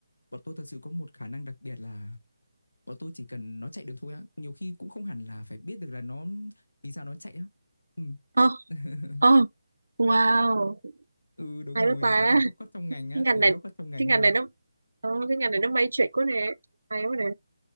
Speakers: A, on the left (about 80°); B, on the right (about 75°).
A: Bọn tôi thật sự có một khả năng đặc biệt là bọn tôi chỉ cần nó chạy được thôi á, nhiều khi cũng không hẳn là phải biết được là nó vì sao nó chạy á. Ừm.
B: Ờ
A: <laughs>
B: ờ wow,
A: Ừ, đúng
B: hay
A: rồi,
B: quá ta.
A: đấy là góc khuất trong ngành á,
B: Cái
A: ở
B: ngành
A: ừ,
B: này
A: góc khuất trong ngành
B: cái ngành
A: ha.
B: này nó ờ, cái ngành này nó matrix quá nè. Hay quá nè.